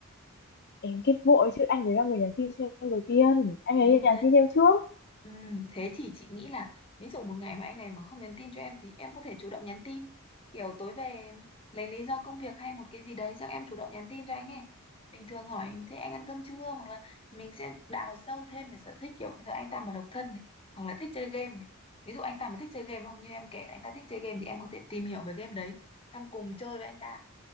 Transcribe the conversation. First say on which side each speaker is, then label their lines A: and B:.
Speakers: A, on the left (about 50°); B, on the left (about 25°).
A: em kết vội chứ anh ấy là người nhắn tin cho em đầu tiên anh
B: Ừ,
A: ấy nhắn
B: thế
A: tin cho em trước
B: ừ, thế thì chị nghĩ là ví dụ một ngày mà anh này mà không nhắn tin cho em thì em có thể chủ động nhắn tin. Kiểu tối về lấy lý do công việc hay một cái gì đấy xong em chủ động nhắn tin cho anh ấy. Bình thường hỏi thế anh ăn cơm chưa hoặc là mình sẽ đào sâu thêm về sở thích kiểu bây giờ anh ta mà độc thân này hoặc là thích chơi game này. Ví dụ anh ta mà thích chơi game đúng không? Như em kể là anh ta thích chơi game thì em có thể tìm hiểu về game đấy xong cùng chơi với anh ta